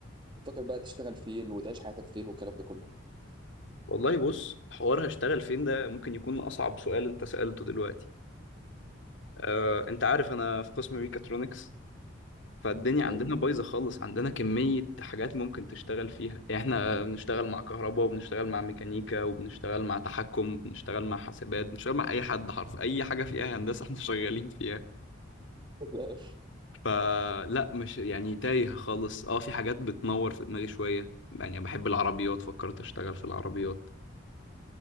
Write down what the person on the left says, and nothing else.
والله بص حوار هشتغل فين ده ممكن يكون أصعب سؤال أنت سألته دلوقتي آه، أنت عارف أنا في قسم ميكاترونكس فالدنيا عندنا
بايظة خالص عندنا كمية حاجات ممكن تشتغل فيها يعني إحنا بنشتغل مع كهرباء وبنشتغل مع ميكانيكا وبنشتغل مع تحكم وبنشتغل مع حاسبات بنشتغل مع أي حد حرف أي حاجة فيها هندسة <laughs> إحنا شغالين فيها
فلا مش يعني تايه خالص أه في حاجات بتنور في دماغي شوية يعني بحب العربيات فكرت أشتغل في العربيات